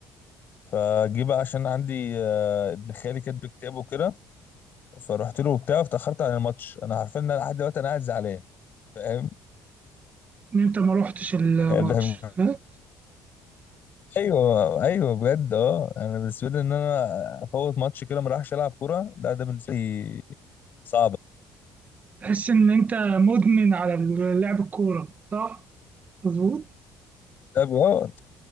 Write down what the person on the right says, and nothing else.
ان انت ما روحتش الماتش
ها
تحس ان انت مدمن على لعب الكوره صح مظبوط